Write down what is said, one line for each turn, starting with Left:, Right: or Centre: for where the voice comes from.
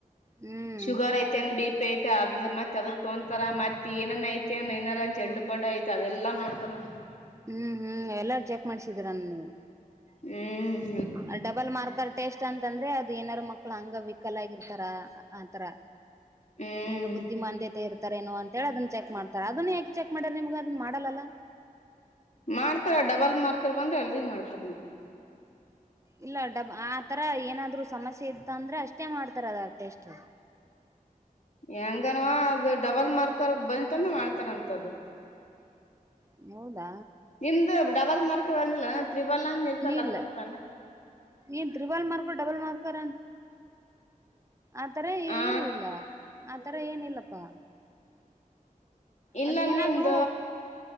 Right: ಹ್ಮ್
Left: ಶುಗರ್ ಐತೆನ್ ಬಿ ಪಿ ಐತೆ ಅದ್ರ <unintelligible> ತೊಂತರ ಮತ್ ಏನನ್ ಐತೆ ಏನಾರ ಜಡ್ಡು ಪಡ್ ಐತೆ ಅದೆಲ್ಲಾ ನೋಡ್ತಾರ.
Right: ಹ್ಮ್ ಹ್ಮ್ ಎಲ್ಲಾ ಚೆಕ್ ಮಾಡ್ಸಿದೀರ ನೀವು.
Left: ಹ್ಮ
Right: ಅ ಡಬಲ್ ಮಾರ್ಕರ್ ಟೆಸ್ಟ್ ಅಂತಂದ್ರೆ ಅದು ಏನಾರು ಮಕ್ಳ ಅಂಗವಿಕಲ ಆಗಿರ್ತಾರ ಆತರ.
Left: ಹ್ಮ್
Right: ಏನ ಬುದ್ಧಿಮಾಂದ್ಯತೆ <unintelligible> ತರೇನೋ ಅಂತ ಹೇಳಿ ಅದನ್ನ ಚೆಕ್ ಮಾಡತಾರ ಅದನ್ನ ಯಾಕೆ ಚೆಕ್ ಮಾಡಿದ ನಿಮ್ಗೆ ಅದನ್ನ ಮಾಡಲ್ಲಲ.
Left: ಮಾಡ್ತಾ ಡಬಲ್ ಮಾರ್ಕರ್ ಬಂದ್ರ ಎಲ್ರಿಗ ಮಾಡ್ತಾರ.
Right: ಇಲ್ಲ ಡಬ್ ಆ ತರ ಏನಾದ್ರು ಸಮಸ್ಯೆ ಇತ್ತ ಅಂದ್ರ ಅಷ್ಟೇ ಮಾಡ್ತಾರ ಅದ ಟೆಸ್ಟ್.
Left: ಹೆಂಗನ ಅದು ಡಬಲ್ ಮಾರ್ಕರ್ ಬಂತಂದ ಮಾಡ್ತಾರಂತದ.
Right: <inaudible> ಹೌದಾ.
Left: ಇಂದ ಡಬಲ್ ಮಾರ್ಕ್ ಬಂದಿಲ್ಲ ತ್ರಿಬಲ್ ಅಂದ ಇರ್ತಲ್ಲ
Right: ಇಲ್ಲ
Left: ಅದ ಬಂತನ.
Right: ಏನ್ ತ್ರಿಬಲ್ ಮಾರ್ಕ ಡಬಲ್ ಮಾರ್ಕರ್ ಅಂತ ಆತರ ಏನ
Left: ಆ
Right: ಇಲ್ಲ ಆತರ ಏನಿಲ್ಲಪ್ಪಾ.
Left: ಇಲ್ಲ
Right: ಅದ ಏನಾದ್ರು
Left: ನಿಂದ